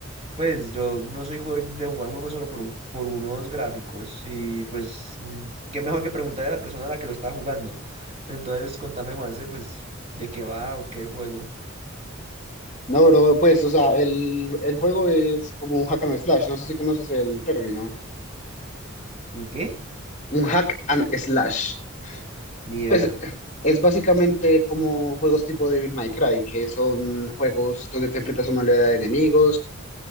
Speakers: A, on the right; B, on the left.
A: pues yo no soy jue- de jugar un juego solo por, un, por unos gráficos. Y pues, mm, qué mejor que preguntarle a la persona a la que lo está jugando. Entonces, contame, Juanse, pues, de qué va o qué el juego.
B: No, bro, pues, o sea, el, el juego es como un hack and slash. No sé si conoces el término.
A: ¿Un qué?
B: Un hack and slash.
A: Ni idea.
B: Pues es básicamente como juegos tipo Devil May Cry, que son juegos donde te enfrentas a una oleada de enemigos